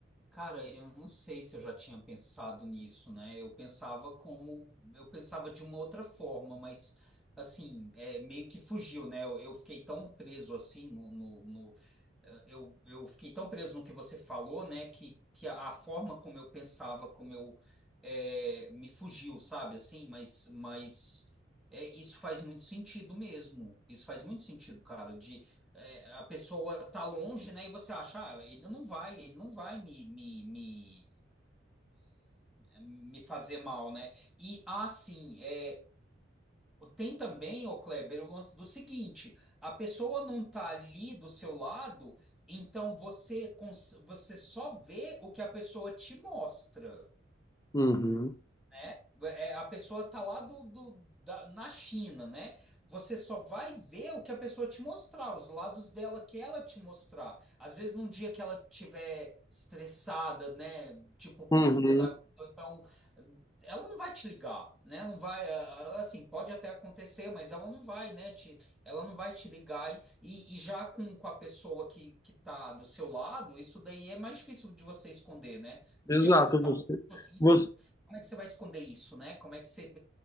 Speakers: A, in the centre; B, on the left.
A: cara, eu não sei se eu já tinha pensado nisso, né? Eu pensava como, eu pensava de uma outra forma, mas assim, é, meio que fugiu, né? Eu, eu fiquei tão preso assim no, no, no- eh, eu, eu fiquei tão preso no que você falou, né? Que, que a, a forma como eu pensava, como eu eh, me fugiu, sabe? Assim, mas, mas é, isso faz muito sentido mesmo. Isso faz muito sentido, cara é, a pessoa tá longe, né? E você acha, ah, ele não vai, ele não vai me, me, me, me fazer mal, né? E assim, é, tem também, ô Kleber, o lance do seguinte: a pessoa não tá ali do seu lado, então você, cons- você só vê o que a pessoa te mostra.
B: Uhum.
A: né? É, a pessoa tá lá do, do- da- na China, né? Você só vai ver o que a pessoa te mostrar, os lados dela que ela te mostrar. Às vezes, num dia que ela tiver estressada, né? Tipo, puta
B: Uhum.
A: da vida, ou então ela não vai te ligar, né? Não vai, ah, ah, assim, pode até acontecer, mas ela não vai, né? Te, ela não vai te ligar. E, e já com, com a pessoa que, que tá do seu lado, isso daí é mais difícil de você esconder, né? Num
B: Exato.
A: dia que você tá
B: Você,
A: assim,
B: você-
A: você como é que você vai esconder isso, né? Como é que você,